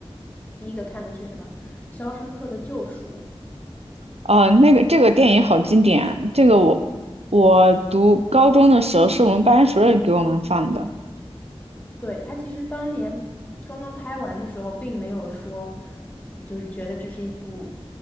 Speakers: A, on the left; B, on the right.
A: 第一个看的是什么《肖申克的救赎》，
B: 呃，那个这个电影好经典啊！这个我我读高中的时候是我们班主任给我们放的。
A: 对，他其实当年刚刚拍完的时候，并没有说就是觉得这是一部